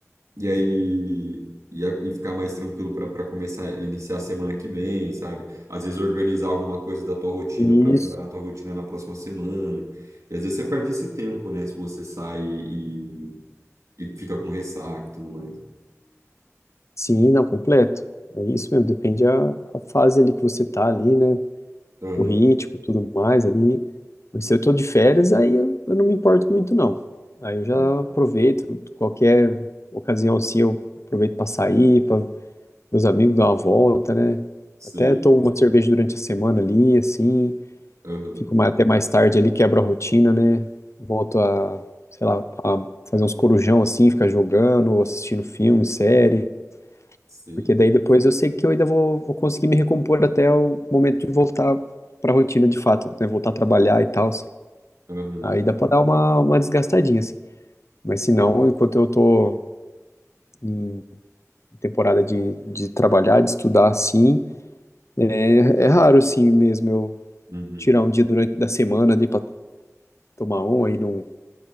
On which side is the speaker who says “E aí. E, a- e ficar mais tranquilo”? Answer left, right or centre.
Right